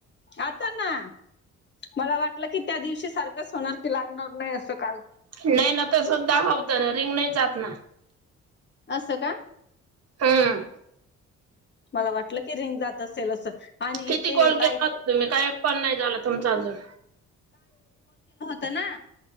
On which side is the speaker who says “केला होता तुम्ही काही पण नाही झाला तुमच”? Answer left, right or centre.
Right